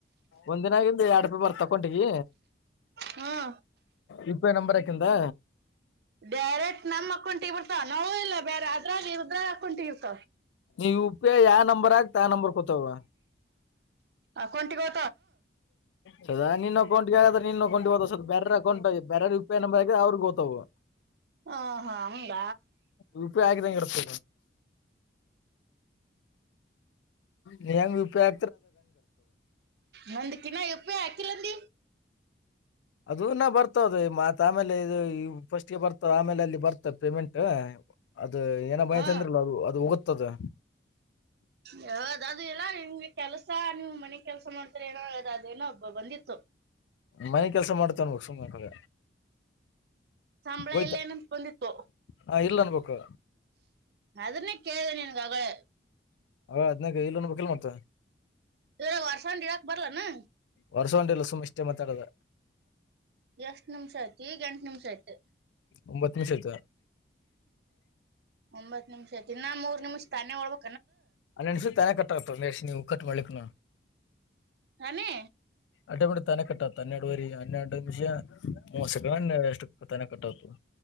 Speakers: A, on the left (about 80°); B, on the right (about 60°).
A: ಒಂದಿನಾಗಿಂದು ಎರಡ್ ರೂಪಿ ಬರ್ತಕ್ಕಂಟಗಿ
B: ಹ್ಮ್
A: ಇದಕ್ಕೆ ನಂಬರ್ಕಿದು
B: ಡೈರೆಕ್ಟ್ ನಮ್ ಅಕ್ಕೊಂಡಂಟ ಬಿರ್ತ ನೋ ಇಲ್ಲ ಬೇರೆ ಅದ್ರ ಇರುದ್ರ ಹಾಕೌಂಟ ಇರ್ತ
A: ನೀ ಯು ಪಿ ಐ ಯಾ ನಂಬರ್ ಹಾಕ್ತ ಆ ನಂಬರ್ ಕೂತಾವ
B: ಅಕೌಂಟಿಗೆ ಹೊ
A: ಸದಾ ನಿನ್ ಅಕೌಂಟ್ಗೆ ಆದ್ರ ನಿನ್ ಅಕೌಟ್ ಹ ಸ್ವಲ್ ಬೇರೆ ಅಕೌಂಟ್ ಬೇರೆ ರೂಪಿ ನಂಬರ್ ಆಗ್ರೆ ಅವ್ರಿಗೆ ಹತವು
B: ಹ ಹಾ ಹೌದ
A: ರಪಿ ಆಗಿದಂಗಗೆ ಇರ್ತ ನಿ ವಿಪಾಯ
B: ನಂದ ಕಿನ ಯಪ್ಪೆ ಹಾಕಿಲ್ಲಂದಿ
A: ಅದೂ ನ ಬರ್ತಾವದ ಮತ್ ಆಮೇಲೆ ಇದು ಫಸ್ಟ್ ಬರ್ತದ ಆಮೇಲೆ ಅಲ್ಲಿ ಬರ್ತದೆ ಪೇಮೆಂಟ್ ಅದ ಏನ ಬಾಯಿ
B: ಹಾ
A: ತಂದ್ರಲ್ಲ ಅದು ಅದು ಹೋಗುತ್ತದು.
B: ಹೌದ್ ಅದು ಎಲ್ಲಾ ನಿಮಗೆ ಕೆಲ್ಸ ನೀವು ಮನೆ ಕೆಲ್ಸ ಮಾಡ್ ಏನ ಆದ್ ಅದೇನೋ ಬ ಬಂದಿತ್ತು.
A: ಮನೆ ಕೆಲಸ ಮಾಡ್ತೇವೆ ಅನ್ಬೇಕು ಸುಮ್ಮನೆ
B: ಸಂಬಳ
A: ಹೋಯ್ತ
B: ಎಲ್ಲ ಏನಂತ್ ಬಂದಿತ್ತು.
A: ಹಾ ಇಲ್ಲ ಅನ್ಬೇಕು
B: ಅದನ್ನೇ ಕೇಳ್ನೆ ನಿನ್ಗ್ ಅಗಳೆ
A: ಹದ್ನಾಗ ಇಲ್ಲ ಅನ್ಬೇಕಿಲ್ಲ ಮತ್ತ
B: ಇದು ವರ್ಶಾಂದ್ ಇರಾಕ್ ಬರ್ಲಾನ.
A: ವರ್ಷ ಒಂದಿಲ್ಲ ಸುಮ್ ಇಷ್ಟ ಮಾತಾಡದ.
B: ಎಷ್ಟ್ ನಿಮಿಷ ಆಯ್ತು ಈಗ ಎಂಟ ನಿಮಿಷ ಆಯ್ತು
A: ಒಂಬತ್ ನಿಮಿಷ ಆಯ್ತ.
B: ಒಂಬತ್ ನಿಮಿಷ ಐತಿ ಇನ್ನ ಮೂರ್ ನಿಮಿಷ ತಾನೆ ಒಳ್ಬ್
A: ಹನ್ನೆಸ ತಾನೆ ಕಟ್ ಆತ ನೆಸಿ ನೀವು ಕಟ್ ಮಾಡ್ಲಿಕ್ನ.
B: ನೇ
A: ಅಟೇ ಬಿಡು ತಾನೆ ಕಟ್ಟಾತ್ತು ಹನ್ನೆರಡು ವರಿ ಹನ್ನೆರಡು ನಿಮಿಷ ಮುವತ್ತ್ ಸೆಕೆಂಡ್ ಎಷ್ಟುಕ್ ತಾನೆ ಕಟ್ಟಾತದ.